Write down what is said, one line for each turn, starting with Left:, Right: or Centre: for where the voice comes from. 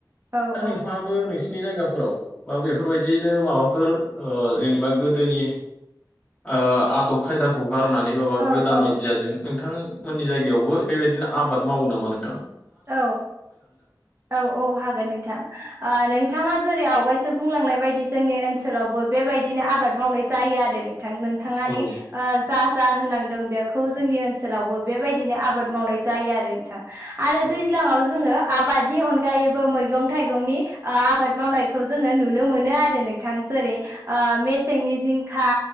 Right: औ
Left: दा
Right: औ
Left: नोंथाङाबो नोंसि नि जायगाफोराव बा बेफोरबायदिनो माबाफोर ओ जेनेबा गो दोनि ओ आदब खायदाखौ गारनानै बाबा
Right: औ
Left: गोदान
Right: औ
Left: आइडियाजों नों थांमोननि जायगायावबो बेबायदिनो आबाद मावो नामा नों
Right: औ औ औ हागोन नोंथां ओ नोंथाङा जेरै आवगायसो बुंलांनाय बायदि जोंनि ओनसोलावबो बेबायदिनो आबाद मावनाय जायो आरो नों नोंथाङा
Left: औ
Right: दि ओ जा जा होनलांदों बेखौ जोंनि ओनसोलावबो बेबायदिनो आबाद मावनाय जायो आरो नोंथां। आरो
Left: नोंथां
Right: दैज्लाङाव जोङो आबादनि अनगायैबो मैगं थाइगंनि ओ आबाद मावनायखौ जोङो नुनो मोनो आरो नोंथां जेरै ओ मेसेंनि जिंखा